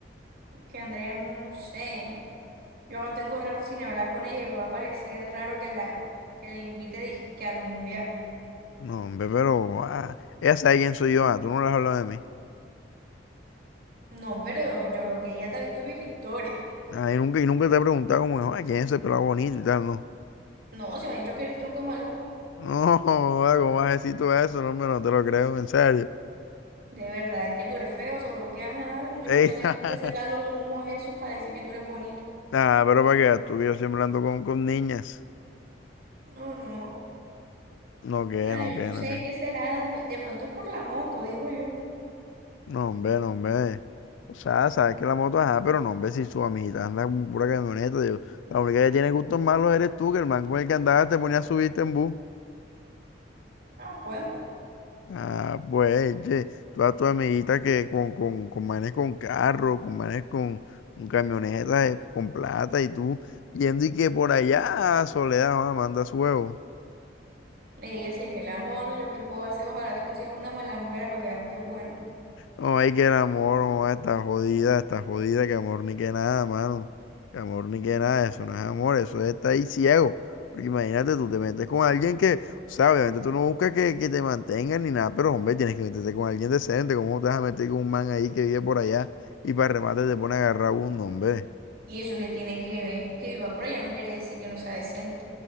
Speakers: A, on the right; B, on the left.
A: Que Andrea, no sé. Yo no tengo rato sin hablar con ella y me va a parecer raro que la que le invite disque a rumbear.
B: No, hombre, pero ah, ella sabe quién soy yo. Ah, tú no le has hablado de mí.
A: No, pero yo creo que ella te ha visto mis historias.
B: Ah, y nunca, y nunca te he preguntado como, ah, quién es ese pelado bonito y tal, no.
A: No, si me ha dicho que eres tronco de maluco.
B: No, <laughs> joda, ¿cómo vas a decir tú eso? No, hombre, no te lo creo, en serio.
A: De verdad, es que tú eres feo, solo que ajá, yo
B: Ey,
A: no sé
B: <laughs>
A: dónde sacar los humos esos para decir que tú eres bonito.
B: Ah, pero para que veas tú que yo siempre ando con, con niñas.
A: No, no.
B: No, que,
A: Ah,
B: no,
A: yo
B: que,
A: no
B: no,
A: sé
B: que.
A: qué será. De pronto es por la moto, digo yo.
B: No, hombre, no, hombre. O sea, sabes que la moto, ajá, pero no, hombre, si su amiguita anda con pura camioneta, digo, la única que tiene gustos malos eres tú, que el man con el que andabas te ponía a subirte en bus.
A: Ah, pues.
B: Ah, pues, che, todas tus amiguitas que con, con, con manes con carro, con manes con, con camionetas, eh, con plata, y tú yendo y que por allá, Soledad, ah, manda su huevo.
A: Ella, si es el amor, yo qué puedo hacer, ojalá te consigas una malambera para que veas lo que es bueno.
B: No, hay que el amor, no, está jodida, está jodida, que amor ni que nada, mano. Que amor ni que nada, eso no es amor, eso es estar ahí ciego. Porque imagínate, tú te metes con alguien que, o sea, obviamente tú no buscas que, que te mantengan ni nada, pero hombre, tienes que meterte con alguien decente. ¿Cómo te vas a meter con un man ahí que vive por allá y para remate te pone a agarrar bus, no, hombre?
A: Y eso que tiene que ver, que viva por ella no quiere decir que no sea decente.